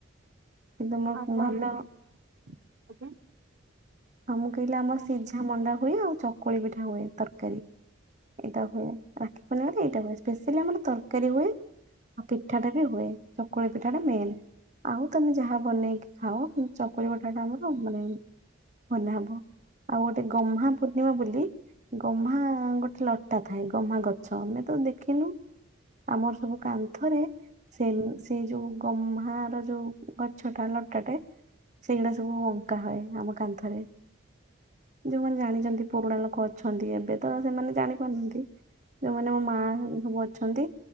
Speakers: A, on the right; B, on the right.
A: କିନ୍ତୁ ମୋ
B: ଆମ
A: ଭଲ
B: ଆଡେ ବି ଆଜ୍ଞା।
A: ଆଉ ମୁଁ କହିଲି ଆମର
B: ହଁ
A: ସିଝା ମଣ୍ଡା ହୁଏ ଆଉ ଚକୁଳି ପିଠା ହୁଏ ତରକାରୀ। ଏଇଡ଼ା ହୁଏ ରାକ୍ଷୀ ପୂର୍ଣ୍ଣିମାରେ ଏଇଡ଼ା ହୁଏ ସ୍ପେସିଆଲି ଆମର ତରକାରୀ ହୁଏ। ଆଉ ପିଠାଟା ବି ହୁଏ ଚକୁଳି ପିଠା ଟା ମେନ୍। ଆଉ ତମେ ଯାହା ବନେଇକି ଖାଅ ଚକୁଳି ପଠା ଟା ଆମର ମାନେ ବନା ହବ ଆଉ ଗୋଟେ ଗହ୍ମା ପୂର୍ଣ୍ଣିମା ବୋଲି ଗହ୍ମା ଗୋଟେ ଲଟା ଥାଏ ଗହ୍ମା ଗଛ ଆମେ ତ ଦେଖିନୁ ଆମର ସବୁ କାନ୍ଥରେ ସେନ୍ ସେଇ ଯୋଉ ଗହ୍ମା ଯୋଉ ଗଛଟା ଲଟାଟେ ସେଇ ଗୁଡା ସବୁ ଆଙ୍କା ହଏ ଆମ କାନ୍ଥରେ। ଯୋଉମାନେ ଜାଣିଚନ୍ତି ପୁରୁଣା ଲୋକୋ ଅଛନ୍ତି ଏବେ ତ ସେମାନେ ଜାଣି ପାରୁନାହାନ୍ତି। ଯୋଉମାନେ ମୋ ମା ସବୁ ଅଛନ୍ତି